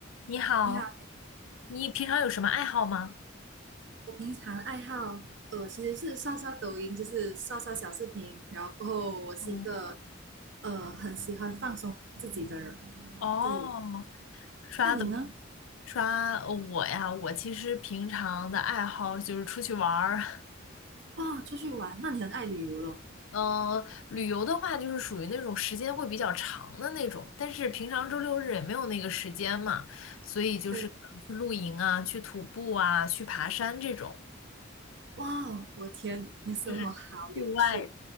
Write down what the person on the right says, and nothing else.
你好，
我平常爱好呃其实是刷刷抖音，就是刷刷小视频，然后过后我是一个
呃很喜欢放松自己的人。
对，
那你呢？
哇，出去玩，那你很爱旅游咯。
对，
哇哦，我天，你的生活好有趣。